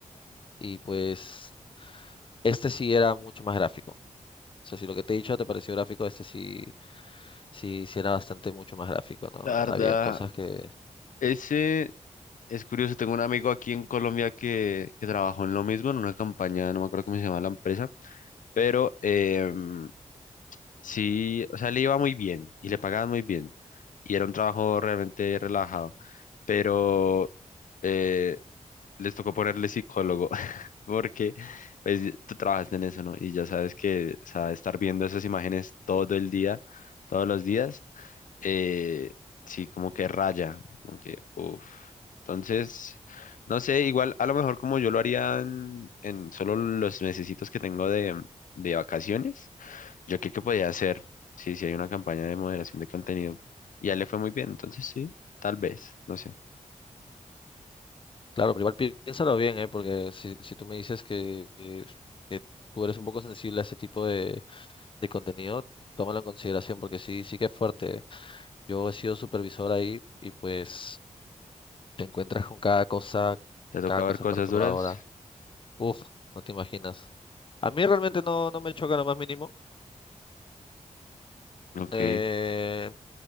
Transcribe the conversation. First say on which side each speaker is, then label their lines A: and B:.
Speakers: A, on the left; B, on the left.
A: y pues este sí era mucho más gráfico. O sea, si lo que te he dicho te pareció gráfico, este sí, sí, sí era bastante mucho más gráfico, ¿no?
B: La verdad,
A: Habían cosas que
B: ese es curioso. Tengo un amigo aquí en Colombia que, que trabajó en lo mismo, en una campaña, no me acuerdo cómo se llama la empresa, pero em, sí, o sea, le iba muy bien y le pagaban muy bien. Y era un trabajo realmente relajado. Pero... eh, les tocó ponerle psicólogo, <laughs> porque pues, tú trabajaste en eso, ¿no? Y ya sabes que, o sea, estar viendo esas imágenes todo el día, todos los días, eh, sí, como que raya, como que, uff. Entonces, no sé, igual a lo mejor como yo lo haría en, en solo los mesecitos que tengo de, de vacaciones, yo creo que podía hacer, sí, sí hay una campaña de moderación de contenido. Y a él le fue muy bien, entonces sí, tal vez, no sé.
A: Claro, pero igual pi- piénsalo bien, ¿eh? Porque si, si tú me dices que, que- que tú eres un poco sensible a ese tipo de, de contenido, tómalo en consideración porque sí, sí que es fuerte. Yo he sido supervisor ahí y pues te encuentras con cada cosa,
B: Te toca
A: cada
B: ver
A: cosa
B: cosas
A: perturbadora.
B: duras.
A: Uf, no te imaginas. A mí realmente no, no me choca lo más mínimo.
B: Ok.
A: Eh,